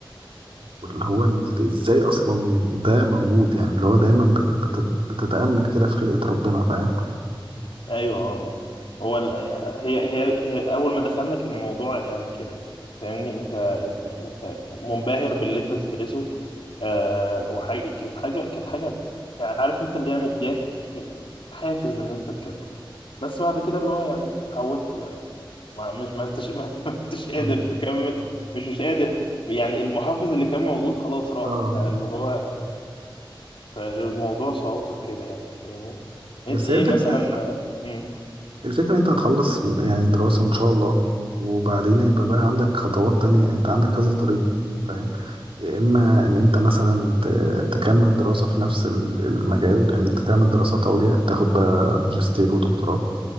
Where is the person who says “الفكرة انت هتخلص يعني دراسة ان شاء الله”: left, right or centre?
Right